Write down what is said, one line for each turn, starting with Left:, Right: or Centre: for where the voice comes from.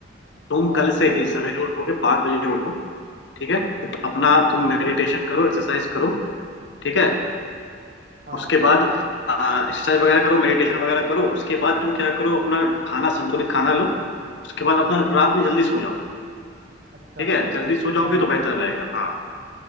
Left: तुम
Right: हाँ
Left: कल से ही सवेरे उठोगे पाँच बजे उठो ठीक है अपना
Right: हाँ
Left: तुम मेडिटेशन करो एक्सरसाइज करो ठीक है
Right: हाँ
Left: उसके बाद एक्सरसाइज वगैरह करो मेडिटेशन वगैरह करो उसके बाद तुम क्या करो अपना खाना संतुलित खाना लो उसके बाद अपना रात में जल्दी सो जाओ
Right: अच्छा
Left: ठीक है जल्दी सो जाओगे
Right: हाँ
Left: तो बेहतर रहेगा हाँ